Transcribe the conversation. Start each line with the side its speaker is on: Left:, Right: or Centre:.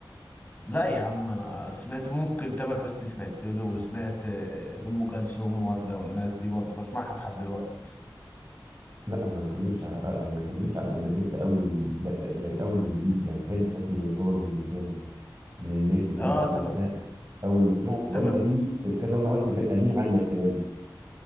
Left: لا يا عم انا سمعت ممكن تامر حسني سمعت له وسمعت آه، ام كلثوم ووردة والناس دي برضه بسمعها لحد دلوقتي
Right: لا انا ما بتكلمش على انا ما بتكلمش على انك انت اول لا يعني اول جيل يعني تامر حسني يعتبر بالنسبه لك من الناس اللي
Left: اه
Right: انت سمعتها
Left: تامر
Right: اول ما سمعت ولا
Left: تامر
Right: في كان تامر حسني كان قديم عنك كمان